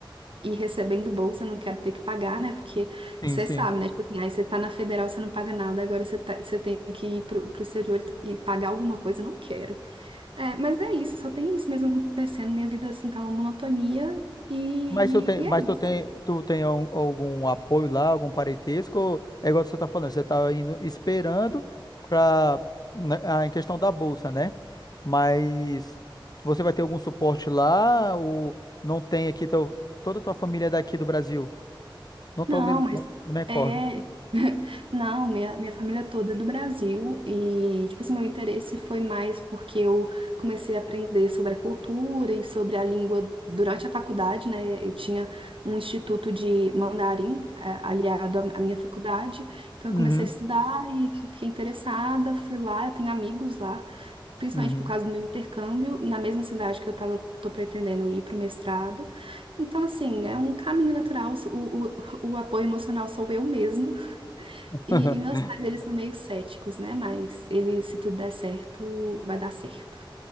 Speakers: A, on the right (about 80°); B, on the left (about 50°).
A: e recebendo bolsa, eu não quero ter que pagar, né? Porque
B: Sim,
A: você
B: sim.
A: sabe, né? Tipo assim, aí você tá na federal, você não paga nada, agora você, tá- você tem que ir pro, pro exterior e pagar alguma coisa, eu não quero. É, mas é isso, só tem isso mesmo acontecendo. Minha vida, assim, tá uma monotonia e,
B: Mas tu tem,
A: e, e
B: mas
A: é isso.
B: tu tem, tu tem al- algum apoio lá, algum parentesco? Ou É igual você tá falando, você tá indo esperando para em questão da bolsa, né? Mas você vai ter algum suporte lá ou não tem aqui teu, toda a tua família é daqui do Brasil? Não tô
A: Não,
B: me, não
A: mas
B: me recordo.
A: é. <laughs> Não, minha, minha família toda é do Brasil e, tipo assim, meu interesse foi mais porque eu comecei a aprender sobre a cultura e sobre a língua durante a faculdade, né? Eu tinha um instituto de mandarim, eh, aliado à à minha faculdade, então
B: Uhum,
A: eu comecei a estudar e fiquei interessada, fui lá, eu tenho amigos lá principalmente
B: uhum.
A: por causa do meu intercâmbio, na mesma cidade que eu tava, tô pretendendo ir para o mestrado. Então, assim, é um caminho natural, o, o, o apoio emocional sou eu mesma. E,
B: <laughs>
A: e meus pais, eles são meio céticos, né? Mas ele, se tudo der certo, vai dar certo.